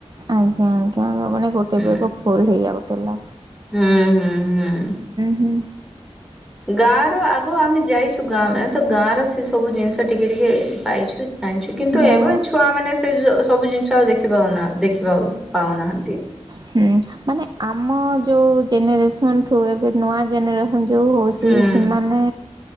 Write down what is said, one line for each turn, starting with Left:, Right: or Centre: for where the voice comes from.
Right: ଆଜ୍ଞା ଆଜ୍ଞା ଗ ପୁଣି ଗୋଟେ
Centre: ହୁଁ
Right: ବେଗ ଫୁଲ ହେଇଯାଉ ତେଲ
Centre: ହୁଁ ହୁଁ ହୁଁ।
Right: ହୁଁ
Centre: ଗାଁ ର ଆଗ ଆମେ ଯାଇଛୁ ଗାଁ ମାନେ ତ ଗାଁର ସେ ସବୁ ଜିନିଷ ଟିକେ ଟିକେ ପାଇଛୁ। ଜାଣିଛୁ କିନ୍ତୁ
Right: ହଁ
Centre: ଏବେ ଛୁଆ ମାନେ ସେ ଯ ସବୁ ଜିନିଷ ଆଉ ଦେଖିପାରୁନା ଦେଖିବା ପାଉନାହା
Right: ହୁଁ ମାନେ ଆମ ଯୋଉ ଜେନରେସନ୍ ଠୁ ଏବେ ନୂଆ ଜେନରେ ସନ୍ ଯୋଉ ହଉଛି
Centre: ହୁଁ
Right: ସେମାନେ